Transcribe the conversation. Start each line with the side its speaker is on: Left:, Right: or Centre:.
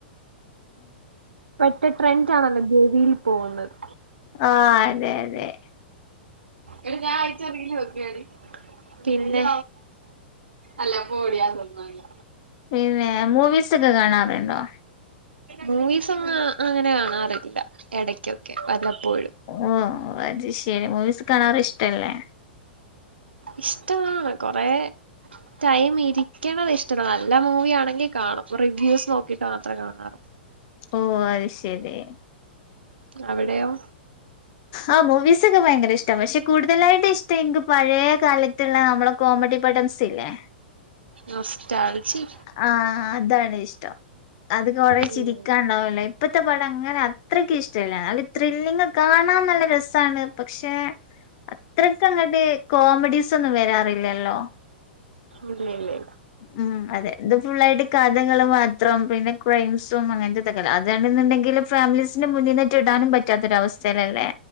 Right: പെട്ട ട്രെൻഡ് ആണല്ലോ ഗു വിയിൽ പോകുന്നത്
Left: ആ അയന്നെഅയന്നെ
Right: എടി ഞാൻ അയച്ച് ആഹ് റീല് നോക്കാടി? പിന്നെ അല്ല പൊടി അതൊന്നുഅല്ല
Left: പിന്നെ മൂവീസ് ഒക്കെ കാണാറുണ്ടോ
Right: മൂവീസ് ഒന്നും അങ്ങനെ കാണാറില്ല എ ടക്കൊക്കെ വല്ലപ്പോഴും
Left: ഓ അത് ശരി മൂവീസ് കാണാറ് ഇഷ്ടല്ലേ
Right: ഇഷ്ടവാണ് കൊറേ ടൈം ഇരിക്കണത് ഇഷ്ടല്ല നല്ല മൂവി ആണെങ്കിൽ കാണും റിവ്യൂസ് നോക്കിട്ട് മാത്രേ കാണാറ്
Left: ഓ അഹ് ശരി
Right: അവിടെയോ
Left: ആ മൂവീസക്കെ ഭയങ്കര ഇഷ്ടപക്ഷെ കൂടുതലായിട്ട് ഇഷ്ട എനിക്ക് പഴയ കാലത്ത് നമ്മള കോമഡി പഡൻ സ് ഇല്ലേ
Right: നൊസ്റ്റാ ൾസി
Left: ആ അതാണ് ഇഷ്ടം അത് കൊറ
Right: ഇല്ല
Left: ചിരിക്കാണ്ടാവല്ലേ ഇപ്പത്തെ പടം അങ്ങനെ അത്രക്ക് ഇഷ്ടല്ല നല്ല ത്രില്ലിങ്ങ് കാണാൻ നല്ല രസാണ് പക്ഷെ അത്രക്കങ്ങണ്ട് കോമഡീസ് ന്നും വരാറില്ലല്ലോ
Right: ഇലൈയിലെ
Left: ഉം അതെ ഇത് ഫുുള്ളായിട്ട് കഥകും മാത്രം പിന്നെ കോഴിയിംസും അങ്ങനത്തെ അതാണെന്നുണ്ടെങ്കിലും ഫാമിലീസിന്റെ മുന്നിറ്റ് ഇടാനും പറ്റാത്തൊരവസ്ഥയിലല്ലേ.